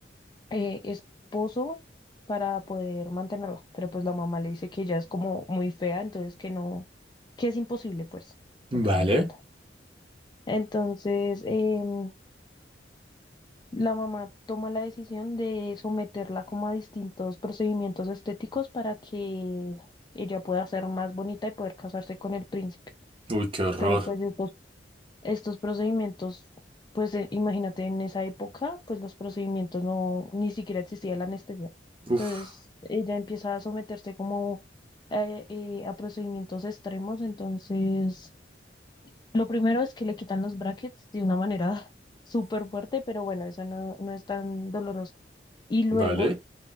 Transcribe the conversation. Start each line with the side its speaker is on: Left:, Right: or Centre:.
Left: eh, esposo para poder mantenerla, pero pues la mamá le dice que ella es como muy fea, entonces que no, que es imposible, pues, para
Right: Vale.
Left: que lo entienda. Entonces, em, la mamá toma la decisión de someterla como a distintos procedimientos estéticos para que ella pueda ser más bonita y poder casarse con el príncipe.
Right: Uy, qué horror.
Left: Pero pues estos Estos procedimientos, pues eh, imagínate en esa época, pues los procedimientos no, ni siquiera existía la anestesia.
Right: Uf.
Left: Entonces ella empieza a someterse como eh, eh, a procedimientos extremos. Entonces, lo primero es que le quitan los brackets de una manera <laughs> súper fuerte, pero bueno, esa no, no es tan dolorosa. Y luego
Right: Vale.